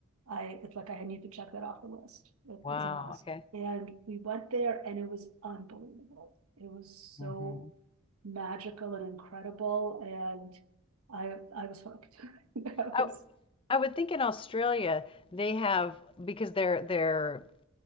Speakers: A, on the right; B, on the left.
A: I it's like I need to check that off the list it,
B: Wow,
A: it's a must
B: okay.
A: and we went there and it was unbelievable it was so
B: Mhm.
A: magical and incredible and I I was hooked <laughs> I
B: I
A: was
B: I would think in Australia they have because they're they're